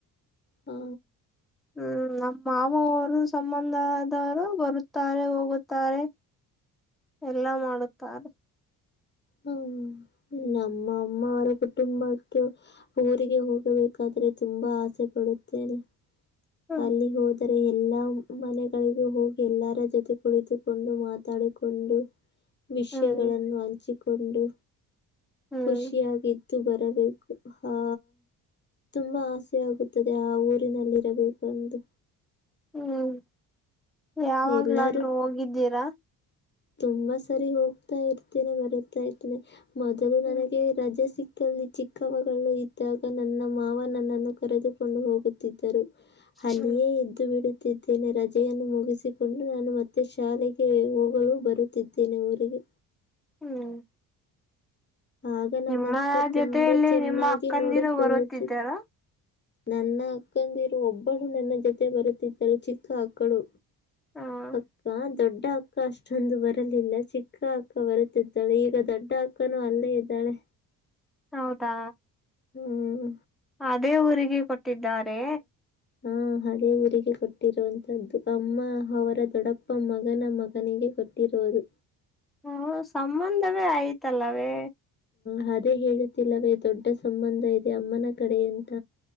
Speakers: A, on the left (about 30°); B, in the centre.
A: ಹಾ
B: ಹ್ಮ್ ಮಾವವರು ಸಂಬಂಧ ಆದವರು ಬರುತ್ತಾರೆ ಹೋಗುತ್ತಾರೆ ಎಲ್ಲ ಮಾಡುತ್ತಾರೆ
A: ಹ್ಮ ನಮ್ಮ ಅಮ್ಮವರ ಕುಟುಂಬಕ್ಕೆ ಊರಿಗೆ ಹೋಗಬೇಕಾದ್ರೆ ತುಂಬಾ ಆಸೆ ಪಡುತ್ತೇನೆ
B: ಹ್ಮ್
A: ಅಲ್ಲಿ ಹೋಿ ರೆ ಎಲ್ಲಾ ಮನೆಗಳಿಗೂ ಹೋಗಿ ಎಲ್ಲರ ಜೊತೆ ಕುಳಿತುಕೊಂಡು ಮಾತಾಡಿಕೊಂಡು ವಿಷಯಗಳನ್ನು
B: ಹ್ಮ್
A: ಹಂಚಿಕೊಂಡು
B: ಹ್ಮ್
A: ಖುಷಿಯಾಗಿ ಬರಬೇಕು ಆ ತುಂಬಾ ಆಸೆ ಆಗುತ್ತದೆ ಆ ಊರಿನಲ್ಲಿ ಇರಬೇಕು ಬಂದು್
B: ಹ್ಮ್ ಯಾವಾಗ್ಲಾದ್ರೂ
A: ಎಲ್ಲರೂ
B: ಹೋಗಿದ್ದೀರಾ
A: ತುಂಬಾ ಸರಿ ಹೋಗ್ತಾ ಇರ್ತೇನೆ ಬರುತಾ ಇರ್ತೇನೆ ಮೊದಲು
B: ಹ್ಮ್
A: ನನಗೆ ರಜೆ ಸಿ ಲ್ಲಿ ಚಿಕ್ಕವಗಳು ಇದ್ದಾಗ ನನ್ನ ಮಾವ ನನ್ನನ್ನು ಕರೆದುಕೊಂಡು ಹೋಗುತ್ತಿದ್ದರು ಅಲಿಯೇ
B: ಹ್ಮ್
A: ಎದ್ದು ಬಿಡುತ್ತಿದ್ದೇನೆ ರಜೆಯನ್ನು ಮುಗಿಸಿ ಿಕೊಂಡು ನಾನು ಮತ್ತೆ ಶಾಲೆಗೆ ಹೋಗಲು ಬರುತ್ತಿದ್ದೇನೆ ಊರಿಗೆ
B: ಹ್ಮ್
A: ಆಗ ನನ್ನ
B: ನಿಮ್ಮ
A: ಅಕ್ಕ
B: ಜೊತೆಯಲ್ಲಿ
A: ತುಂಬಾ ಚೆನ್ನಾಗಿ
B: ನಿಮ್ಮ ಅಕ್ಕಂದಿರು
A: ನೋಡಿಕೊಳ್ಳುತ್ತಿ
B: ಬರುತ್ತಿದ್ದಾರ
A: ನನ್ನ ಅಕ್ಕಂದಿರುವ ಒಬ್ಬಳು ನನ್ನ ಜೊತೆ ಬರುತ್ತಿದ್ದರು ಚಿಕ್ಕ ಅಕ್ಕಳು
B: ಹ್ಮ್
A: ಅಕ್ಕ ದೊಡ್ಡ ಅಕ್ಕ ಅಷ್ಟೊಂದು ಬರಲಿಲ್ಲ ಚಿಕ್ಕ ಅಕ್ಕ ಬರುತ್ತಿದ್ದಾಳೆ ಈಗ ದೊಡ್ಡ ೊಡ್ಡ ಹಾಕ್ಕಾನ ಅಲ್ಲೇ ಇದ್ದಾಳೆ
B: ಹೌದಾ
A: ಹ್ಮ್
B: ಅದೇ ಊರಿಗೆ ಕೊಟ್ಟಿದ್ದಾರೆ
A: ಹಾ ಅದೇ ಊರಿಗೆ ಕೊಟ್ಟಿರುವಂತದ್ದು ಅಮ್ಮ ಅವರ ದೊಡ್ಡಪ್ಪ ಮಗನ ಮಗನಿಗೆ ಕೊಟ್ಟಿರುೋದು
B: ಹ ಸಂಬಂಧವೇ ಆಯ್ತಲ್ಲವೇ
A: ಹ ಅದೇ ಹೇಳುತ್ತಿಲ್ಲವೇ ದೊಡ್ಡ ಸಂಬಂಧ ಇದೆ ಅಮ್ಮನ ಕಡೆ ಎಂತ